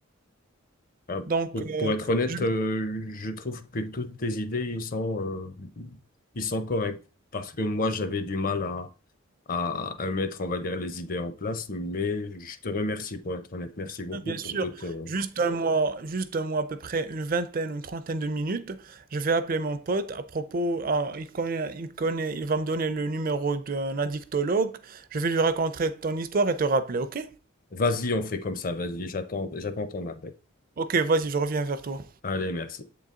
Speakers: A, on the left; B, on the right.
A: Ah,
B: Donc,
A: Pour,
B: euh,
A: pour être honnête,
B: je vais
A: euh, je trouve que toutes tes idées, ils sont, euh, ils sont corrects. Parce que moi, j'avais du mal à, à, à mettre, on va dire, les idées en place. Mais je te remercie pour être honnête. Merci beaucoup
B: Ah, Bien
A: pour
B: sûr,
A: tout. euh,
B: juste un mois, juste un mois à peu près, une vingtaine, une trentaine de minutes, je vais appeler mon pote à propos, ah, il connaît, il connaît, il va me donner le numéro d'un addictologue, je vais lui raconter ton histoire et te rappeler, ok?
A: Vas-y, on fait comme ça. Vas-y, j'attends, j'attends ton appel.
B: Ok, vas-y, je reviens vers toi.
A: Allez, merci.